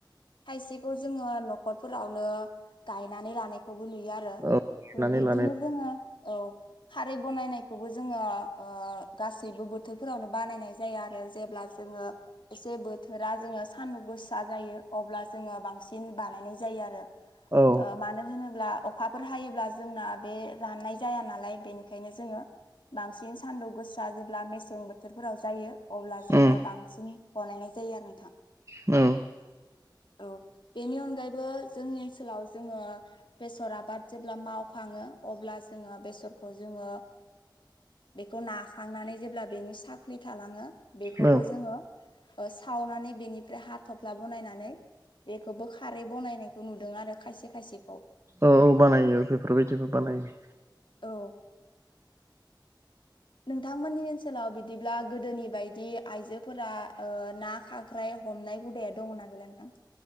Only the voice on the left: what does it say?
खायसेखौ जोङो नखरफोरावनो गायनानै लानायखौबो नुयो आरो
बिदिनो
जोङो औ खारै बानायनाय खौबो जोङो गासैबो बोथोरफोरावनो बानायनाय जाया आरो जेब्ला जोङो एसे बोथोरा जोङो सानदुं गोसा जायो अब्ला जोङो बांसिन बानायनाय जायो आरो
ओ मानो होनोब्ला अखाफोर हायोब्ला जोंना बे राननाय जाया नालाय बेनिखायनो जोङो बांसिन सानदुं गोसोआ जेब्ला मेसें बोथोरफोराव जायो अब्ला जोङो
बांसिन बांसिन बानायनाय जायो आरो नोंथां
औ बेनि अनगायैबो जोंनि ओनसोलाव जोङो बेसर आबाद जेब्ला मावखाङो अब्ला जोङो बेसरखौ जोङो बेखौ नाखांनानै जेब्ला बेनि साख्लि थालाङो बेखौबो
जोङो सावनानै बेनिफ्राय हाथफ्ला बनायनानै बेखौबो खारै बनायनाय नुदों आरो खायसे खायसेखौ
औ नोंथांमोननि ओनसोल ओनसोलाव बिदिब्ला गोदोनि बायदि आइजोफोरा ना, खांख्राय हमनाय हुदाया दङ' ना था <unintelligible>